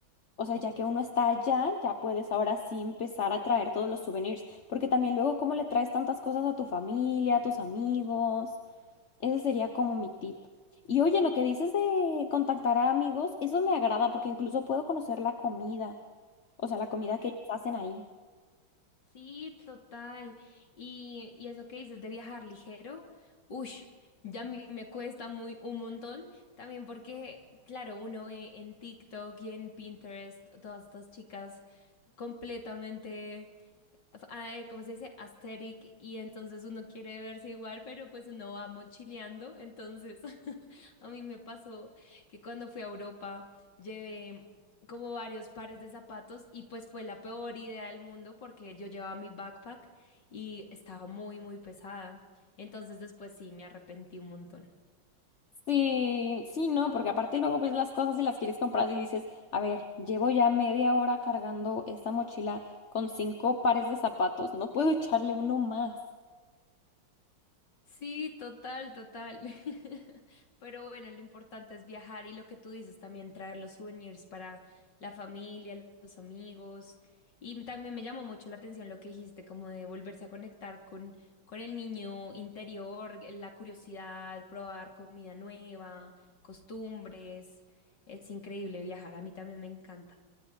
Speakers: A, on the left; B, on the left.
A: o sea, ya que uno está allá, ya puedes ahora sí empezar a traer todos los souvenirs, porque también luego cómo le traes tantas cosas a tu familia, a tus amigos. Ese sería como mi tip. Y oye, lo que dices de contactar a amigos, eso me agrada porque incluso puedo conocer la comida, o sea, la comida que ellos hacen ahí.
B: Sí, total. Y, y eso que dices de viajar ligero, uff, ya a mí me cuesta muy un montón. También porque, claro, uno ve en TikTok y en Pinterest todas estas chicas completamente ay, ¿cómo se dice? Aesthetic, y entonces uno quiere verse igual, pero pues uno va mochileando. Entonces, <laughs> a mí me pasó que cuando fui a Europa llevé como varios pares de zapatos y pues fue la peor idea del mundo porque yo llevaba mi backpack y estaba muy, muy pesada. Entonces después sí, me arrepentí un montón.
A: Sí, sí, no, porque aparte luego ves las cosas y las quieres comprar y dices, a ver, llevo ya media hora cargando esta mochila con cinco pares de zapatos, no puedo echarle uno más.
B: Sí, total, total. <laughs> Pero bueno, lo importante es viajar y lo que tú dices también, traer los souvenirs para la familia, lo- los amigos. Y también me llamó mucho la atención lo que dijiste, como de volverse a conectar con, con el niño interior, eh, la curiosidad, probar comida nueva, costumbres. Es increíble viajar, a mí también me encanta.